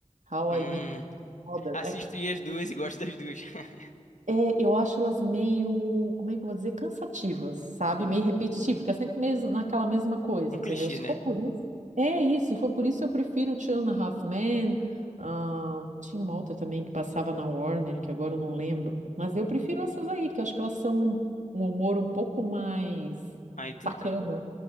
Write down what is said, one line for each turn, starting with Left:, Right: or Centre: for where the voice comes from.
Right: How
Left: hum.
Right: I Met Mother.
Left: Assisto as duas e gosto das duas. <laughs>
Right: É, eu acho elas meio, como é que eu vou dizer, cansativas, sabe?
Left: Sim.
Right: Meio repetitivas, fica sempre mesmo naquela mesma coisa,
Left: Um clichê,
Right: entendeu? Se
Left: né?
Right: for por isso, é isso. Se for por isso, eu prefiro Two and a Half Men. ah, tinha uma outra também que passava na Warner, que agora eu não lembro. Mas eu prefiro essas aí, que eu acho que elas são um humor um pouco mais
Left: Ah, entendi.
Right: sacana.